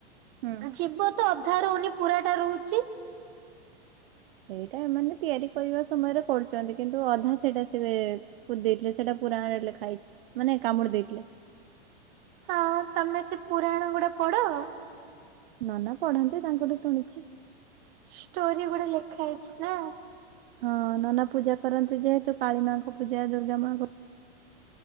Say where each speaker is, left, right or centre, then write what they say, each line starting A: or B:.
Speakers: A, on the right; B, on the right.
A: ହୁଁ।
B: ଜୀବ ତ ଅଧା ରଉନି ପୁରା ଟା ରହୁଛି ତ
A: ସେଇଟା ଏମାନେ ତିଆରି କରିବା ସମୟରେ କରୁଛନ୍ତି କିନ୍ତୁ ଅଧା ସେଇଟା ସେ କୁଦି ଦେଇଥିଲେ ସେଇଟା ପୁରାଣ ଲେଖାଇଛି ମାନେ କାମୁଡି ଦେଇଥିଲେ।
B: ହଁ ତମେ ସେ ପୁରାଣ ଗୁଡା ପଢ?
A: ନନା ପଢାନ୍ତି ତାଙ୍କଠୁ ଶୁଣିଛି।
B: ଷ୍ଟୋରି ଗୋଡେ ଲେଖା ହେଇଛି ନା।
A: ହଁ ନନା ପୂଜା କରନ୍ତି ଯେହେତୁ କାଳୀ ମାଙ୍କ ପୂଜା ଦୁର୍ଗା ମା ଙ୍କ